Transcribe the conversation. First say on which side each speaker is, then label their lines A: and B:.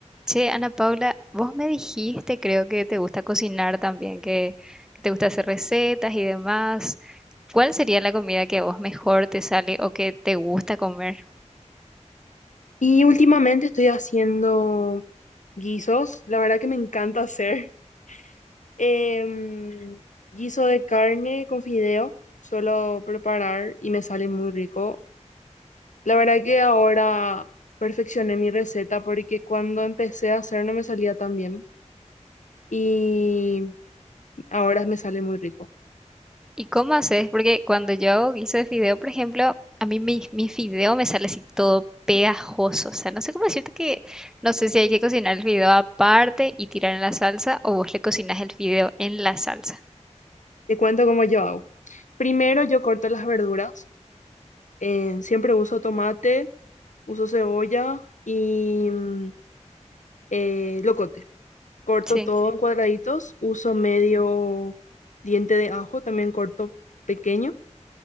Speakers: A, in the centre; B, on the left.
A: Che, Ana Paula, vos me dijiste, creo que te gusta cocinar también, que, que te gusta hacer recetas y demás. ¿Cuál sería la comida que a vos mejor te sale o que te gusta comer?
B: Y últimamente estoy haciendo guisos, la verdad que me encanta hacer. <laughs> Em, guiso de carne con fideo, suelo preparar y me sale muy rico. La verdad que ahora perfeccioné mi receta porque cuando empecé a hacer no me salía tan bien y ahora me sale muy rico.
A: ¿Y cómo haces? Porque cuando yo hago guiso de fideo, por ejemplo, a mí mi, mi fideo me sale así todo pegajoso. O sea, no sé cómo decirte que, no sé si hay que cocinar el fideo aparte y tirar en la salsa o vos le cocinas el fideo en la salsa.
B: Te cuento cómo yo hago. Primero yo corto las verduras, em, siempre uso tomate, uso cebolla y mm, eh, locote. Corto
A: Sí.
B: todo en cuadraditos, uso medio diente de ajo, también corto pequeño,